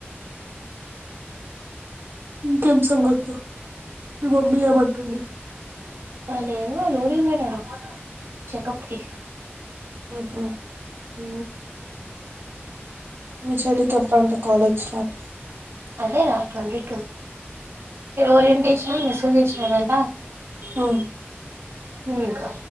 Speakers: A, on the right; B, on the right.
A: ఇంకేం సంగతు మీ మమ్మీ ఏమంటుంది
B: ఆడు ఏంది ఆళ్ళ ఊరికి పోయినాడు చెకప్ కి
A: హుహు.
B: అ.
A: మీ చెల్లికి ఎప్పుడంట కాలేజ్ స్టార్ట్.
B: అదే రా ట్వంటీ టూ ఓరియంటిసినా మెసేజ్ చేసినరంట.
A: ఆ.
B: ఊ ఇంకా.